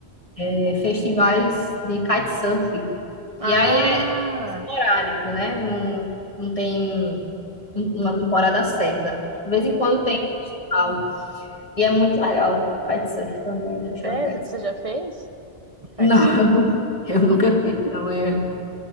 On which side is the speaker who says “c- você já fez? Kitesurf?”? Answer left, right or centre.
Right